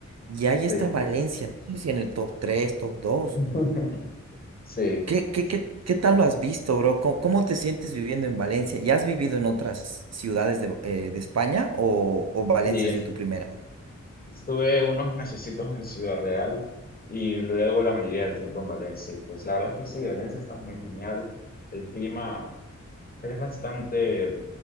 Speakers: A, on the right; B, on the left.
A: y ahí está
B: Sí.
A: Valencia, no sé si en el top 3, top 2?
B: <laughs> Sí.
A: ¿Qué, qué, qué, qué tal lo has visto, bro? ¿Cómo, cómo te sientes viviendo en Valencia? ¿Ya has vivido en otras ciudades de, eh, de España o, o Valencia
B: Sí,
A: ha sido tu primera?
B: Estuve unos mesecitos en Ciudad Real y luego la mayoría del tiempo en Valencia. y Pues la verdad es que sí, Valencia está muy genial. El clima es bastante,